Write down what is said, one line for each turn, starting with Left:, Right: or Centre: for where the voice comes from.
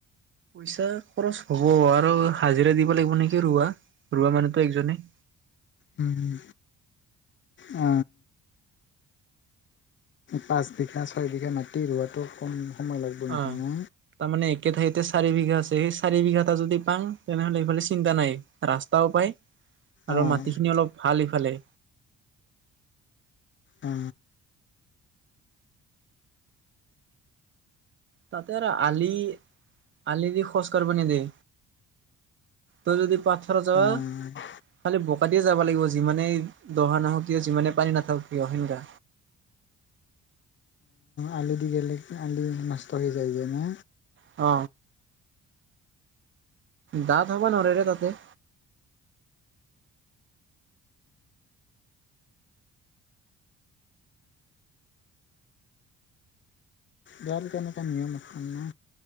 Right: পইচা খৰচ হ'ব আৰু হাজিৰা দিব লাগিব নেকি ৰোৱা, ৰোৱা মানুহতো একজনে।
Left: উম হুম। অ। পাঁচ বিঘা, ছয় বিঘা মাটি ৰোৱাটো কম সময় লাগিব নেকি
Right: অ
Left: না
Right: তাৰমানে একে ঠাইতে চাৰি বিঘা আছে সেইজ চাৰি বিঘা এটা যদি পাং তেনেহ'লে এইফালে চিন্তা নাই ৰাস্তাও পায় আৰু
Left: অঁ
Right: মাটিখিনি অলপ ভাল ইফালে
Left: অ।
Right: তাতে ৰ আলি আলি দি খজ কাঢ়িব নিদিয়ে। তোৰ যদি পাথৰ যৱা
Left: অঁ
Right: খালি বোকা দিয়ে যাব লাগিব যিমানেই দহা নহওঁক কিয়, যিমানে পানী নাথাকক কিয় সেনেকা।
Left: আলু দি গেলেক আলু নষ্ট হৈ যায় যেনে
Right: অ। দাঁত হ'ব নৰেৰে তাতে।
Left: যাৰ দোকানৰ পৰা নিয়ে মোক মানে